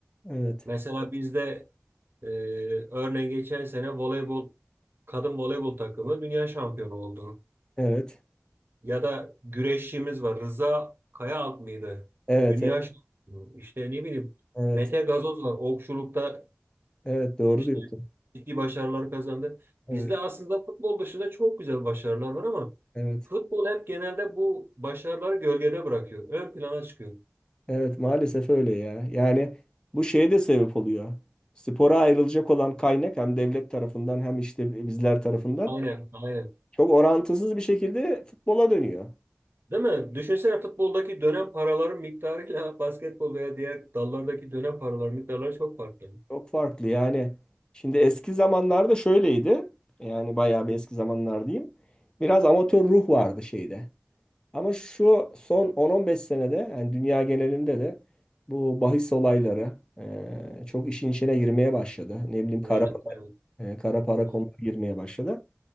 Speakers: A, on the left; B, on the right.
A: Evet.
B: Mesela bizde e, örneğin geçen sene voleybol kadın voleybol takımı dünya şampiyonu oldu.
A: Evet.
B: Ya da güreşçimiz var. Rıza Kayaalp mıydı?
A: Evet.
B: Dünya
A: Evet.
B: şampiyonu. İşte ne bileyim
A: Evet.
B: Mete Gazoz var. Okçulukta
A: Evet. Doğru
B: İşte
A: diyorsun.
B: ciddi başarılar kazandı.
A: Evet.
B: Bizde aslında futbol dışında çok güzel başarılar var ama
A: Evet.
B: futbol hep genelde bu başarıları gölgede bırakıyor. Ön plana çıkıyor.
A: Evet. Maalesef öyle ya. Yani bu şeye de sebep oluyor. Spora ayrılacak olan kaynak hem devlet tarafından hem işte bizler tarafından
B: Aynen, aynen.
A: çok orantısız bir şekilde futbola dönüyor.
B: Değil mi? Düşünsene futboldaki dönem paraların miktarıyla <laughs> basketbol veya diğer dallardaki dönem paraların miktarları çok farklı.
A: Çok farklı yani. Şimdi eski zamanlarda şöyleydi. Yani bayağı bir eski zamanlar diyeyim. Biraz amatör ruh vardı şeyde. Ama şu son 10-15 senede yani dünya genelinde de bu bahis olayları e, çok işin içine girmeye başladı. Ne bileyim
B: Evet,
A: kara,
B: evet,
A: e, kara para
B: evet.
A: konuları girmeye başladı.